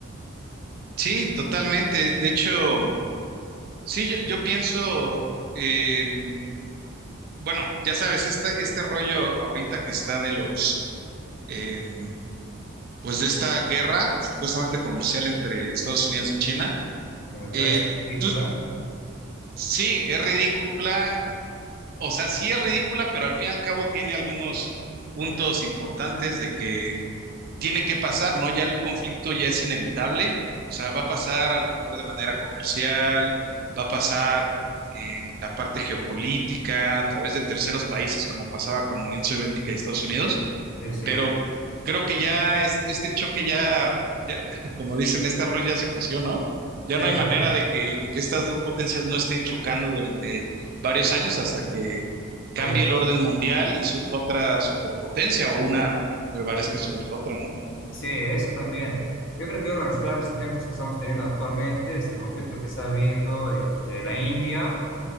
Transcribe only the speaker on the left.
que me parece
ridícula.
Sí, sí,
sí,
sí.
Hay-
sí, eso también. Yo creo que uno de los claros ejemplos que estamos teniendo actualmente es el conflicto que está habiendo entre la India